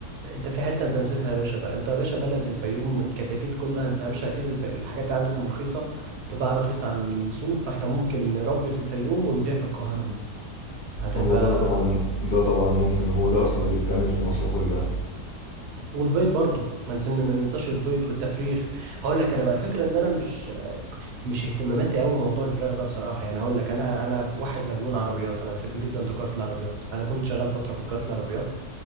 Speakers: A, on the right; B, on the left.
A: انت في حتة انت نسيتها يا باشا بقى انت يا باشا بلد الفيوم الكتاكيت كلها انت يا باشا اكيد الف... الحاجات دي عندكم رخيصة تباع رخيصة عن السوق فاحنا ممكن نربي في الفيوم ونبيع في القاهرة مثلا هتبقى
B: هو ده طبعا ده طبعا ممكن هو ده أصلا اللي بيتعمل في
A: مم.
B: مصر كلها
A: والبيض برضه ما ننسى- ما ننساش البيض والتفريخ هقول لك انا بقى الفكره ان انا مش مش اهتماماتي قوي موضوع الفراخ ده بصراحه يعني هقول لك انا انا واحد مجنون عربيات انا بحب جدا تجاره العربيات انا كنت شغال فتره في تجاره العربيات